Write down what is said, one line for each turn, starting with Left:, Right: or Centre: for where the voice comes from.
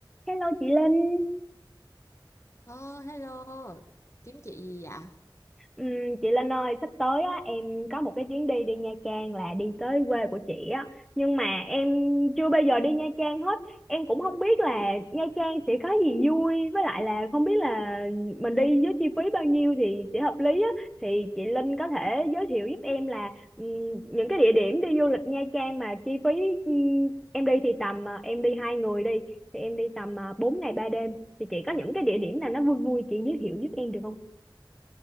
Centre: Hello chị Linh,
Left: Ờ, hello, kiếm chị gì vậy?
Centre: Ừm, chị Linh ơi sắp tới á, em có một cái chuyến đi đi Nha Trang là đi tới quê của chị á Nhưng mà em chưa bao giờ đi Nha Trang hết Em cũng không biết là Nha Trang sẽ có gì vui Với lại là không biết là mình đi với chi phí bao nhiêu thì sẽ hợp lý á Thì chị Linh có thể giới thiệu giúp em là ừm, những cái địa điểm đi du lịch Nha Trang mà chi phí ừm, Em đi thì tầm, ờ, em đi hai người đi Thì em đi tầm uh, 4 ngày 3 đêm Thì chị có những cái địa điểm nào nó vui vui chị giới thiệu giúp em được không?